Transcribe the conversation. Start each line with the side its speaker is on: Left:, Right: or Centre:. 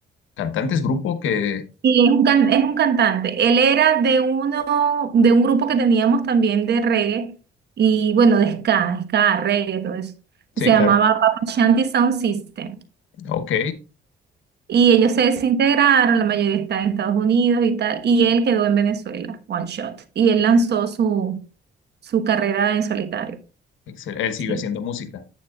Left: cantante, es grupo que...
Right: Sí, es un can- es un cantante. Él era de uno, de un grupo que teníamos también de reggae y bueno, de ska, ska, reggae, todo eso.
Left: Sí,
Right: Se llamaba
Left: claro.
Right: Papa Shanti Sound System.
Left: Ok.
Right: Y ellos se desintegraron, la mayoría está en Estados Unidos y tal, y él quedó en Venezuela, one shot. Y él lanzó su, su carrera en solitario.
Left: Excel- Él sigue
Right: Sí,
Left: haciendo música.